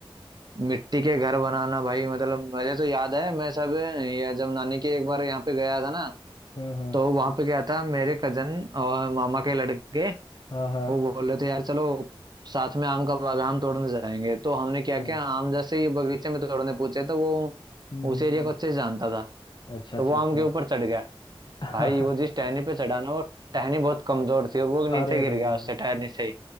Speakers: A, on the right; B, on the left.
A: मिट्टी के घर बनाना भाई मतलब मुझे तो याद है मैं सब या जब नानी के एक बार यहाँ पे गया था ना
B: हाँ हाँ
A: तो वहां पे क्या था मेरे कजन और मामा के लड़के
B: हाँ हाँ
A: वो बोल रहे थे यार चलो साथ में आम का बाग आम तोड़ने जाएंगे तो हमने
B: अच्छा
A: क्या किया आम जैसे ही बगीचे में तोड़ने पूछे तो वो
B: हम्म
A: उस
B: हम्म
A: एरिया
B: हम्म,
A: को अच्छे से जानता था
B: अच्छा
A: तो
B: अच्छा
A: वो आम
B: अच्छा
A: के ऊपर चढ़ गया
B: <laughs>
A: भाई वो जिस टहनी पे चढ़ा ना वो टहनी बहुत कमजोर थी और वो नीचे
B: अरे
A: गिर
B: रे
A: गया
B: रे
A: उससे
B: रे
A: टहनी से ही